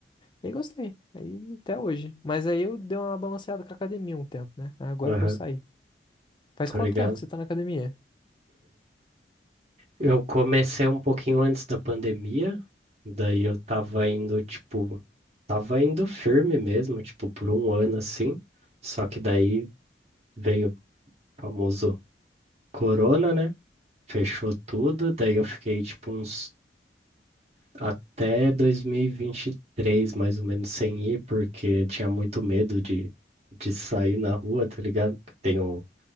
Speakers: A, on the left (about 25°); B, on the right (about 40°).
A: E aí gostei. Aí até hoje. Mas aí eu dei uma balanceada com a academia um tempo, né? Agora
B: aham,
A: que eu saí. Faz
B: tá
A: quanto
B: ligado?
A: tempo que você tá na academia? <laughs>
B: Eu comecei um pouquinho antes da pandemia, daí eu tava indo, tipo, tava indo firme mesmo, tipo, por um ano assim. Só que daí veio o famoso corona, né? Fechou tudo, daí eu fiquei, tipo, uns até dois mil e e vinte e três, mais ou menos, sem ir, porque tinha muito medo de, de sair na rua, tá ligado? Tenho